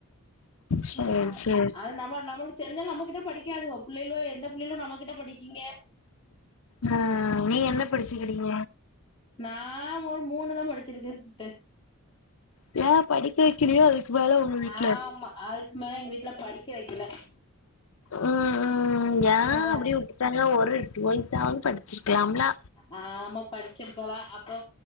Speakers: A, on the left; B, on the left.
A: சேரி
B: ஆ
A: சேரி
B: அது நம்ம நம தெரிஞ்சாலும் நம்ம கிட்ட படிக்காததுவ பிள்ளைகள எந்த பிள்ளைகளும் நம்மிட்ட படிக்கீங்க
A: ம் நீ என்ன படிச்சுக்கிறீங்க
B: நான் ஒரு மூணுதான் படிச்சிருக்கேன் சிஸ்டர்
A: இல்ல படிக்க வைக்கலையோ அது வேலை உங்க வீட்டுல
B: ஆமா அதுக்கு மேல எங்க வீட்ல படிக்க வைக்கல
A: ம் ஏன்
B: அதா
A: அப்படி விட்டுட்டாங்க ஒரு டுவெல்தாவது படிச்சிருக்கலாம்லா
B: ஆமா படிச்சுருக்கலா அப்போ